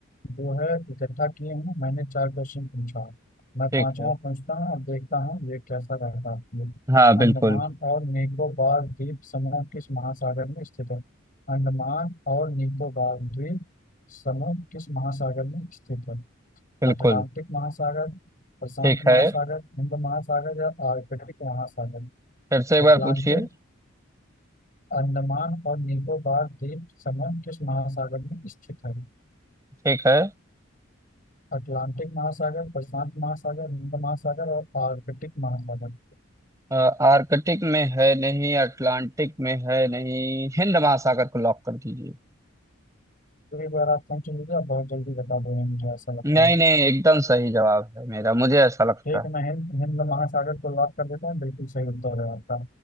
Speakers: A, on the left; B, on the right.
A: जो है इकट्ठा किए हैं मैंने चार क्वेश्चन पूछा मैं
B: ठीक
A: पांचवा
B: है
A: पूछता हूँ अब देखता हूँ ये कैसा रहता है आपके लिए।
B: हाँ बिल्कुल
A: अंडमान और निकोबार द्वीप समूह किस महासागर में स्थित है अंडमान और निकोबार द्वीप समूह किस महासागर में स्थित है
B: बिल्कुल
A: अटलांटिक महासागर प्रशांत
B: ठीक
A: महासागर
B: है
A: हिंद महासागर या आर्कटिक महासागर
B: फिर से एक बार
A: अटलांटिक
B: पूछिए
A: अंडमान और निकोबार द्वीप समूह किस महासागर में स्थित है
B: ठीक है
A: अटलांटिक महासागर प्रशांत महासागर हिंद महासागर और आर्कटिक महासागर
B: अ, आर्कटिक में है नहीं अटलांटिक में है नहीं हिंद महासागर को लॉक कर दीजिए
A: तो एक बार आप समझ लीजिए आप बहुत जल्दी बता दोगे मुझे ऐसा लगता
B: नहीं
A: है
B: नहीं एकदम सही जवाब है मेरा मुझे ऐसा लगता
A: ठीक
B: है
A: है, मैं हिंद हिंद महासागर को लॉक कर देता हूँ बिल्कुल सही उत्तर है आपका